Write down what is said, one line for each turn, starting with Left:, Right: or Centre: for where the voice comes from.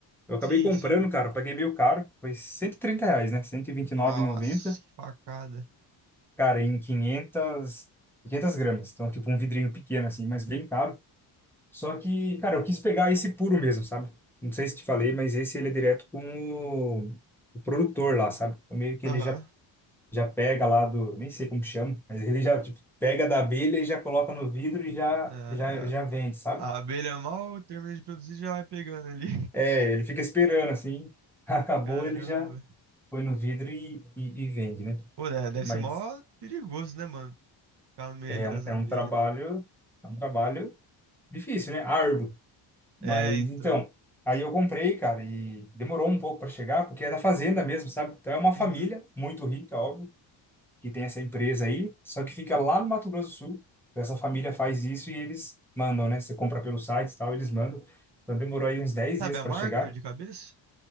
Centre: Eu acabei
Right: Sim,
Centre: comprando,
Right: sim.
Centre: cara, eu paguei meio caro. Foi 130 reais, né? cento e e vinte e
Right: Nossa,
Centre: nove e noventa
Right: que facada.
Centre: Cara, em quinhentas quinhentas gramas. Então, tipo, um vidrinho pequeno, assim, mas bem caro. Só que, cara, eu quis pegar esse puro mesmo, sabe? Não sei se te falei, mas esse ele é direto com o, o produtor lá, sabe? Então, meio que
Right: Aham.
Centre: ele já, já pega lá do, nem sei como chama, mas ele já tipo, pega da abelha e já coloca no vidro e já,
Right: É, é.
Centre: já, já vende, sabe?
Right: a abelha mal termina de produzir e já vai pegando ali.
Centre: É, ele fica esperando assim, <laughs> acabou,
Right: <laughs> Caramba.
Centre: ele já põe no vidro e, e, e vende, né?
Right: Pô, né, deve
Centre: Mas
Right: ser mó perigoso, né, mano? Ficar no meio
Centre: é
Right: ali das
Centre: um, é
Right: abelhas
Centre: um trabalho, é um trabalho difícil, né? Árduo. Mas
Right: É, então.
Centre: então, aí eu comprei, cara, e demorou um pouco para chegar, porque é da fazenda mesmo, sabe? Então é uma família
Right: Uhum.
Centre: muito rica, óbvio, que tem essa empresa aí, só que fica lá no Mato Grosso do Sul. Então, Essa família faz isso e eles mandam, né? Você compra pelo site e tal, eles mandam. Então demorou aí uns 10
Right: Sabe
Centre: dias
Right: a
Centre: para
Right: marca
Centre: chegar.
Right: de cabeça?